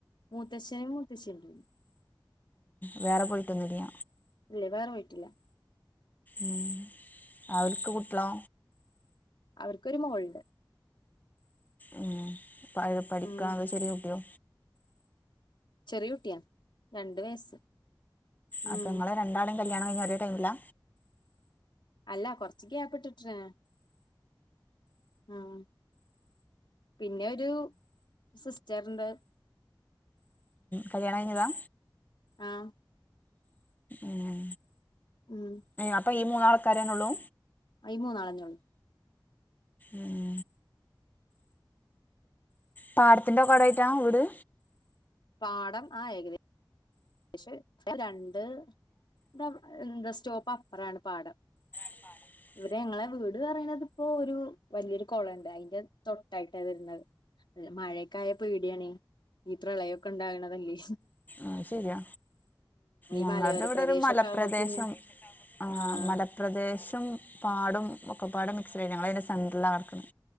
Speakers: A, on the left; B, on the left.
A: മൂത്തശ്ശനും മൂത്തശ്ശിണ്ട്.
B: വേറെ പോയിട്ടൊന്നുല്ല
A: ഇല്ലേ വേറെ പോയിട്ടില്ല
B: ഉം അവർക്ക് കുട്ട്യളോ
A: അവർക്കൊരു മോൾണ്ട്
B: ഉം പഠിക്കാണോ
A: ഉം
B: അതോ ചെറിയ കുട്ടിയോ?
A: ചെറിയ കുട്ടിയാ രണ്ട് വയസ്സ് ഉം
B: അപ്പ ങ്ങളെ രണ്ടാളേം കല്യാണം കഴ്ഞ്ഞേ ഒരേ ടൈമിലാ
A: അല്ല കൊറച്ച് ഗ്യാപ്പ്ട്ടിട്ട്ണ് ഉം പിന്നെ ഒരു സിസ്റ്റർണ്ട്
B: കല്യാണം കഴിഞ്ഞതാ
A: ആഹ്
B: ഏഹ്
A: ഉം
B: അപ്പ ഈ മൂന്നാൾക്കാരെന്നെള്ളൂ
A: ഇ മൂന്നാളന്നെള്ളൂ
B: ഏഹ് പാടത്തിന്റക്കോടായിട്ട വീട്?
A: പാടം ആ ഏക ക്ഷെ രണ്ട് ന്താ എന്താ സ്റ്റോപ്പ് അപ്പറാണ് പാടം
B: <inaudible>
A: ഇവിടെ ഞങ്ങളെ വീട് പറയണതിപ്പോ ഒരു വലിയൊരു കൊളണ്ട് അതിന്റെ തൊട്ടായിട്ടാണ് വര്ന്നെ. മഴക്കായ പേടിയാണെ ഈ പ്രളയൊക്കെ ണ്ടാക്ണതല്ലേ
B: ആഹ് ശര്യാ ഞങ്ങൾത്
A: മലയോര
B: വടൊരു
A: പ്രദേശൊക്കെ
B: മലപ്രദേശം
A: ആവുമ്പോ പിന്നെ
B: ആ
A: ആഹ്
B: മല പ്രദേശം പാടും ഒക്കെപാടെ മിക്സഡായി ഞങ്ങളയ്ന്റെ സെൻന്ററിലാണ് കട്ക്കണേ